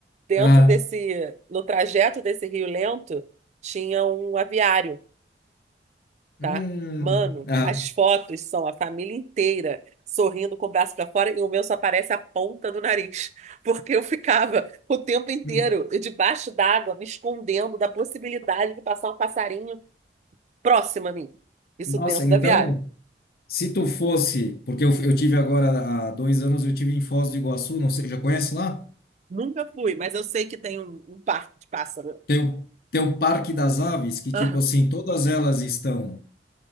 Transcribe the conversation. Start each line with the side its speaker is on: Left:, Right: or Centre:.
Right: Dentro
Left: Ah,
Right: desse, no trajeto desse rio lento, tinha um aviário
Left: hum,
Right: tá? Mano,
Left: ah,
Right: as fotos são a família inteira sorrindo com o braço pra fora e o meu só aparece a ponta do nariz, <laughs> porque eu ficava o tempo inteiro
Left: hum.
Right: debaixo d'água, me escondendo da possibilidade de passar um passarinho próximo a mim. Isso
Left: nossa,
Right: dentro
Left: então,
Right: do aviário.
Left: se tu fosse, porque eu, eu tive agora há dois anos, eu tive em Foz do Iguaçu, não sei, já conhece lá?
Right: Nunca fui, mas eu sei que tem um, um parque de pássaro.
Left: Tem o, tem o Parque das Aves, que
Right: Aham.
Left: tipo assim, todas elas estão